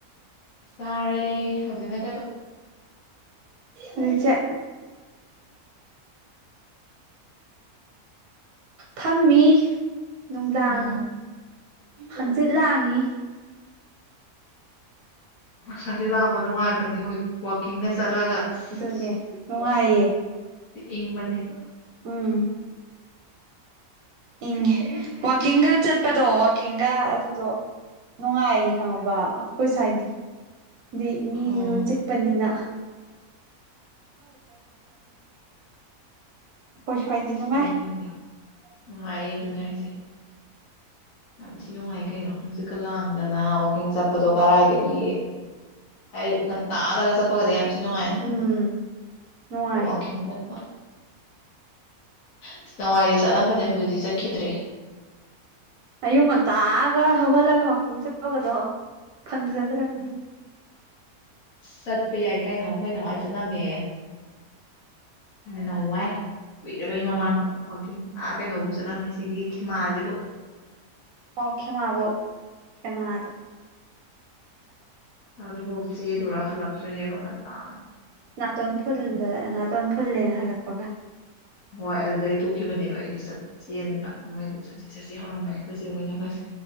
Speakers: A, on the left; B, on the right.
A: ꯁꯔꯦ ꯍꯧꯖꯤꯛꯗ
B: ꯅꯤꯡ ꯆ ꯊꯝꯃꯤ ꯅꯨꯡꯗꯥꯡ
A: ꯎꯝ
B: ꯍꯪꯆꯤꯠ ꯂꯥꯡꯉꯤ
A: ꯁꯛꯁꯤꯤ ꯂꯥꯡꯕ ꯅꯨꯡꯉꯥꯏꯕꯅꯤ ꯍꯣꯏ ꯋꯥꯋꯥꯛꯀꯤꯡꯗ ꯆꯠꯂꯒ ꯑꯁ
B: ꯑꯗꯨꯅꯦ ꯅꯨꯡꯉꯥꯏꯌꯦ
A: ꯏꯡ ꯃꯅꯦꯦꯕ
B: ꯎꯝ ꯏꯪꯉꯦ ꯋꯥꯋꯥꯛꯀꯤꯡꯒ ꯆꯠꯄꯗꯣ ꯋꯥꯋꯥꯛꯀꯤꯡꯒ ꯑꯗꯨꯗꯣ ꯅꯨꯡꯉꯥꯏꯌꯦ ꯈꯪꯉꯕ ꯀꯣꯏ ꯁꯋꯥꯏꯗꯤ ꯑꯗꯨꯗꯤ ꯃꯤꯁꯨ
A: ꯑꯣ
B: ꯆꯦꯛꯄꯅꯤꯅ ꯑꯩꯈꯣꯏ ꯁ꯭ꯋꯥꯏꯗꯤ
A: ꯑꯁ
B: ꯅꯨꯡꯉꯥꯏ
A: ꯑꯗꯨꯅꯤ ꯅꯨꯡꯉꯥꯏꯌꯦ ꯑꯗꯨꯅꯦ ꯍꯥꯏꯁꯦ ꯌꯥꯝ ꯊꯤ ꯅꯨꯡꯉꯥꯏ ꯀꯩꯅꯣ ꯍꯪꯖꯤꯛꯀ ꯂꯥꯡꯗꯅ ꯋꯥꯋꯥꯛꯀꯤꯡ ꯆꯠꯄꯗꯣ ꯀꯔꯥꯏꯗꯒꯤ ꯑꯌꯨꯛ ꯉꯟ ꯇꯥꯂꯒ ꯆꯠꯄꯒꯗꯤ ꯌꯥꯝ ꯊꯤ ꯅꯨꯡꯉꯥꯏꯅꯦ
B: ꯎꯝ ꯅꯨꯡꯉꯥꯏ
A: ꯋꯥꯀꯤꯡ ꯆꯠꯄ ꯑꯁ ꯅꯋꯥꯏꯗꯤ ꯆꯠꯂꯝꯕꯅꯦ ꯍꯧꯖꯤꯛꯇꯤ ꯆꯠꯈꯤꯗ꯭ꯔꯦ
B: ꯑꯏꯣ ꯃ ꯇꯑꯒ ꯍꯒꯂꯒ ꯋꯥꯀꯤꯡ ꯆꯠꯄꯒꯗꯣ ꯐꯪꯖꯗ꯭ꯔꯕꯅꯤꯅ
A: ꯁꯠ ꯆꯠꯄ ꯌꯥꯏ ꯀꯩꯅꯣ ꯑꯩꯈꯣꯏ ꯅꯋꯥꯏ ꯆꯠꯂꯝꯃꯦ ꯅꯧꯋꯥꯏꯨꯏ ꯄꯖꯕꯩ ꯃꯃꯥꯡꯗ ꯋꯥꯋꯥꯛꯀꯤꯡ ꯑꯥ ꯀꯩꯅꯣꯕꯨ ꯆꯠꯂꯝꯃꯤ ꯁꯤꯒꯤ ꯈꯦꯃꯥꯁꯤꯕꯨ
B: ꯑꯣ ꯈꯦ ꯃꯥꯕꯣ ꯈꯦ ꯃꯥꯗꯣ
A: ꯑꯗꯨꯐꯧ ꯆꯦ ꯂꯣꯏꯔ ꯍꯜꯂꯛꯇꯣꯏꯅꯦꯕ ꯉꯟꯂ
B: ꯅꯥꯇꯣꯟ ꯐꯨꯟꯕ ꯅꯥꯇꯣꯟ ꯐꯨꯜꯂꯦꯅ ꯍꯜꯂꯛꯄꯒ
A: ꯍꯣꯏ ꯑꯗꯨꯜꯗꯩ ꯇꯣꯛꯈꯤꯕꯅꯦꯕ ꯑꯩꯁꯦ ꯆꯠ ꯆꯦꯟꯕ ꯃꯣꯏꯗꯤ ꯆꯠꯦ ꯆꯠꯆꯦ ꯍꯧꯔꯝꯕꯅꯦ ꯑꯩꯈꯣꯏꯆꯦ ꯑꯣꯏꯅꯒꯁꯦ